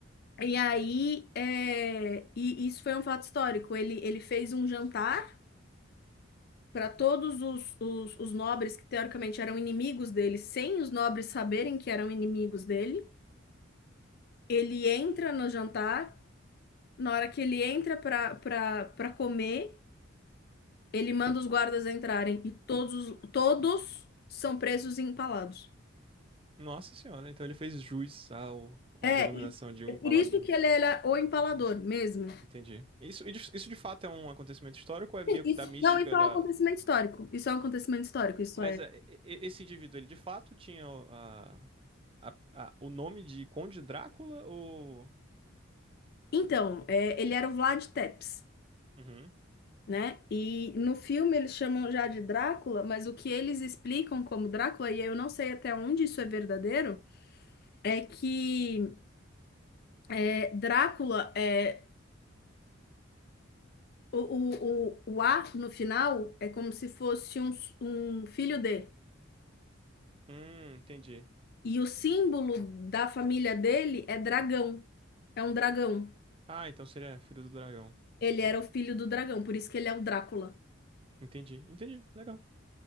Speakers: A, on the left; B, on the right.
A: E aí, é, e isso foi um fato histórico. Ele, ele fez um jantar. para todos os, os, os nobres que teoricamente eram inimigos dele, sem os nobres saberem que eram inimigos dele. Ele entra no jantar, na hora que ele entra para para comer, ele manda os guardas entrarem e todos todos são presos e empalados.
B: Nossa senhora, então ele fez jus ao,
A: É,
B: à denominação
A: e
B: de um
A: é
B: empalador.
A: por isso que ele era o empalador mesmo.
B: Entendi. Isso, e de- isso de fato é um acontecimento histórico ou é meio
A: Isso-
B: que da mística
A: não, isso é
B: da.
A: um acontecimento histórico. Isso é um acontecimento histórico, isso
B: Mas
A: é.
B: é, e- e- esse indivíduo, ele de fato tinha a- a- a- o nome de Conde Drácula ou.
A: Então, é, ele era o Vlad Tepes.
B: Uhum.
A: né? E no filme eles chamam já de Drácula, mas o que eles explicam como Drácula, e eu não sei até onde isso é verdadeiro, é que é, Drácula é o, o, o, o A no final é como se fosse um, s- um filho de.
B: Hum, entendi.
A: E o símbolo da família dele é dragão. É um dragão.
B: Ah, então seria Filho do Dragão.
A: Ele era o filho do dragão, por isso que ele é o Drácula.
B: Entendi, entendi. Legal.